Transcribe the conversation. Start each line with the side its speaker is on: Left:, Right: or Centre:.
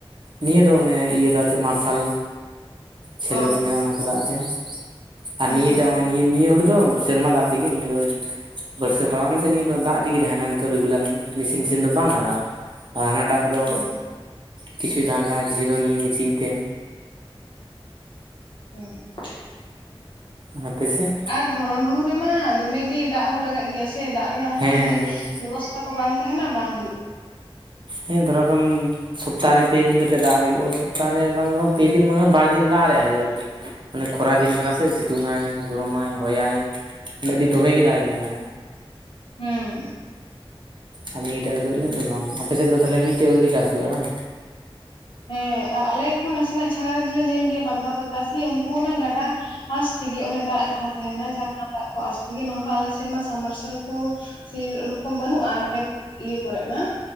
Right: ᱱᱤᱭᱟᱹ ᱫᱚ ᱚᱱᱮ ᱤᱭᱟᱹ ᱫᱟᱜ ᱛᱮ ᱢᱟᱨᱥᱟᱞ ᱪᱷᱮᱞᱳ
Left: ᱚ
Right: ᱠᱚ ᱢᱮᱱᱟᱜᱼᱟ ᱚᱱᱟ ᱠᱚ ᱫᱟᱜ ᱛᱮ ᱟᱨ
Left: ᱦᱩᱸ
Right: ᱱᱤᱭᱟᱹᱴᱟᱜ ᱱᱤᱭᱟᱹ ᱦᱳᱲᱳ ᱫᱚ ᱥᱮᱨᱢᱟ ᱫᱟᱜ ᱛᱮᱜᱮ ᱱᱤᱭᱟᱹ ᱫᱚ ᱵᱟᱹᱨᱥᱟᱹ ᱯᱟᱲᱟᱣ ᱱᱟ ᱥᱮ ᱱᱤᱭᱟᱹ ᱫᱚ ᱫᱟᱜ ᱛᱮᱜᱮ ᱛᱟᱦᱮᱱᱟ ᱱᱤᱛᱚᱜ ᱨᱮᱜᱩᱞᱟᱨ ᱢᱮᱥᱤᱱ ᱢᱮᱥᱤᱱ ᱫᱚ ᱵᱟᱝ ᱞᱟᱜᱟᱜᱼᱟ ᱟᱨ ᱦᱟᱱᱟᱴᱟᱜ ᱨᱮᱫᱚ
Left: ᱦᱩᱸ
Right: ᱠᱤᱪᱷᱩᱭ ᱫᱟᱜᱟ ᱠᱤᱪᱷᱩ ᱫᱚ ᱱᱤᱭᱟᱹ ᱢᱮᱥᱤᱱ ᱛᱮ
Left: ᱦᱩᱸ
Right: ᱦᱟᱯᱮ ᱥᱮ
Left: ᱟᱨ ᱫᱷᱚᱨᱚᱱ ᱦᱩᱲᱩ ᱨᱮᱢᱟ ᱫᱚᱢᱮ ᱜᱮ ᱫᱟᱜ ᱦᱚᱸ ᱞᱟᱜᱟᱜ ᱜᱮᱭᱟ ᱥᱮ ᱫᱟᱜ ᱨᱮᱱᱟᱜ ᱚᱱᱠᱟ
Right: ᱦᱮᱸ
Left: ᱡᱩᱫᱤ
Right: ᱦᱮᱸ
Left: ᱵᱮᱵᱚᱥᱛᱟ ᱠᱚ ᱵᱟᱝ ᱛᱟᱦᱮᱸᱱᱟ ᱵᱟᱝ ᱦᱩᱭᱩᱜ
Right: ᱦᱮᱸ ᱫᱷᱚᱨᱟᱣ ᱠᱟᱢ ᱥᱚᱯᱛᱟᱦᱚ ᱨᱮ ᱯᱮ ᱫᱤᱱ ᱠᱟᱛᱮ ᱫᱟᱜ ᱟᱨᱮᱡ ᱦᱩᱭᱩᱜᱼᱟ, ᱥᱚᱯᱛᱟᱦᱚ ᱨᱮ ᱵᱟᱝ ᱨᱮᱦᱚᱸ ᱯᱮ ᱫᱤᱱ ᱵᱟᱝ ᱨᱮᱦᱚ ᱵᱟᱨ ᱫᱤᱱ ᱫᱟᱜ ᱟᱨᱮᱡᱟᱜ ᱦᱩᱭᱩᱜᱼᱟ ᱟᱨᱠᱤ ᱢᱟᱱᱮ ᱠᱷᱚᱨᱟ ᱫᱤᱱ ᱠᱟᱱᱟ ᱥᱮ ᱥᱤᱛᱩᱝ ᱟᱭ ᱜᱚᱨᱚᱢᱟᱭ ᱦᱚᱭᱟᱭ ᱟᱹᱰᱤ ᱫᱚᱢᱮ ᱜᱮ ᱫᱟᱜ ᱮ ᱧᱩᱭᱟ
Left: ᱦᱩᱸ
Right: ᱟᱨ ᱱᱤᱭᱟᱹ ᱴᱟᱜ ᱨᱮᱫᱚ ᱤᱱᱟᱹᱜ ᱫᱚ ᱵᱟᱝ ᱾ ᱟᱯᱮ ᱥᱮᱫ ᱫᱚ ᱛᱟᱦᱞᱮ ᱢᱤᱫᱴᱮᱡ ᱦᱩᱲᱩ ᱜᱮ ᱪᱟᱥ ᱦᱩᱭᱩᱜᱼᱟ ᱵᱟᱝ?
Left: ᱦᱮᱸ ᱟᱨ ᱟᱞᱮ ᱠᱷᱚᱱ ᱱᱟᱥᱮᱱᱟᱜ ᱪᱷᱟᱲᱟ ᱨᱮᱫᱚ ᱞᱮ ᱧᱮᱞ ᱜᱮᱭᱟ ᱵᱟᱨ ᱫᱷᱟᱣ ᱠᱚ ᱪᱟᱥ ᱜᱮᱭᱟ ᱩᱱᱠᱩᱦᱚᱸ ᱚᱱᱟ ᱜᱟᱰᱟ ᱟᱸᱥ ᱛᱮᱜᱮ ᱚᱱᱮ ᱫᱟᱜ ᱡᱟᱦᱟᱸ ᱛᱟᱦᱮᱸᱱᱟ ᱡᱷᱟᱨᱱᱟ ᱫᱟᱜ ᱠᱚ ᱟᱸᱥ ᱛᱮᱜᱮ ᱱᱚᱝᱠᱟ ᱟᱞᱮ ᱥᱮᱫ ᱢᱟ ᱥᱟᱵᱼᱢᱟᱨᱥᱟᱞ ᱠᱚ ᱥᱮᱨᱚᱠᱚᱢ ᱵᱟᱹᱱᱩᱜᱼᱟ ᱠᱷᱮᱛ ᱤᱭᱟᱹ ᱠᱚᱨᱮᱜᱼᱢᱟ